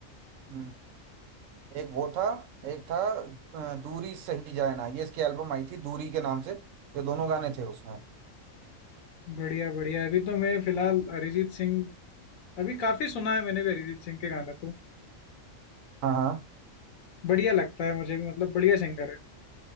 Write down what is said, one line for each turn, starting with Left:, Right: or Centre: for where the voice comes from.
Right: हम्म, एक वो था एक था अ, दूरी सही जाए ना ये इसकी एल्बम आई थी दूरी के नाम से ये दोनों गाने थे उसमें
Left: बढ़िया बढ़िया अभी तो मैं फिलहाल अरिजीत सिंह अभी काफी सुना है मैंने भी अरिजीत सिंह के गाने तो
Right: हाँ हाँ
Left: बढ़िया लगता है मुझे भी मतलब बढ़िया सिंगर